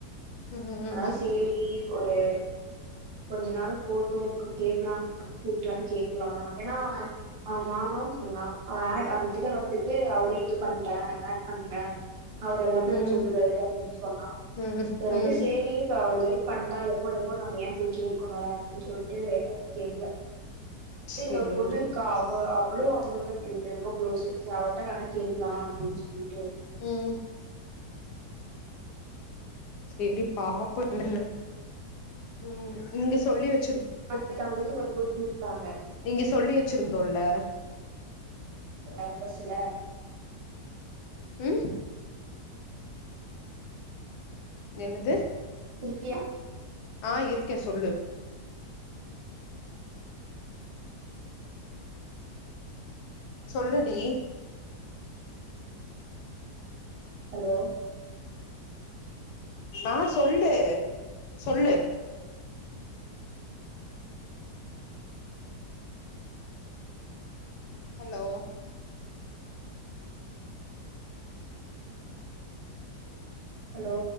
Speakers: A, on the left; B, on the right.
A: ம்
B: அதா சேரி ஒரு கொஞ்ச நாள் போட்டு கேக்கலா கூப்டு வர கேக்கலா எனா அவ அவ மாமான் சொன்னா அவ ஆட் அந் இதுல வந்துட்டு அவரயு இது பண்ற ஆட் பண்ற அவர் எல்லாமே
A: ம்
B: வந்து சொல்லுவாரு அப்டின் சொன்னா
A: ம்
B: வந்து
A: ம்
B: சேரி இப்ப அவர் இருக் பண்டா எப்போ எப்போ நம்ம எ போய் கேக்கணு அப்டின் சொல்ட்டு கேக்கல
A: சேரி
B: இன்னொரு பொண்ணுருக்கா அவளு அவளுங்க ஃப்ரெண்டு ரொம்ப க்ளோஸு சே அவட்ட வேணா கேக்கலா அப்டின் சொல்லிட்டு
A: ம் செரி பாபோ என்னன்னு ம் நீங்க சொல்லி வெச்
B: எனக் அங்கருந்து கொண்டுவந் குடுத்தாங்க
A: இங்க சொல்லி வெச்சுருந்தோல
B: ஒ பசங்க
A: ம் என்னது
B: இருக்கியா
A: ஆ இருக்கே சொல்லு சொல்லுடி
B: ஹலோ
A: ஆ சொல்லு சொல்லு ஹலோ
B: ஹலோ